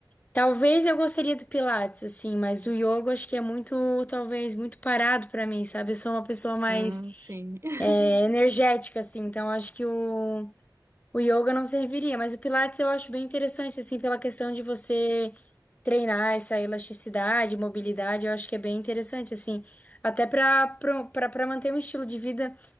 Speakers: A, on the left; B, on the right.
A: talvez eu gostaria do Pilates, assim, mas do yoga eu acho que é muito, talvez, muito parado pra mim, sabe? Eu sou uma pessoa mais
B: Ah, sim. <laughs>
A: é, energética, assim, então eu acho que o O yoga não serviria, mas o Pilates eu acho bem interessante, assim, pela questão de você treinar essa elasticidade, mobilidade, eu acho que é bem interessante, assim, até para para manter um estilo de vida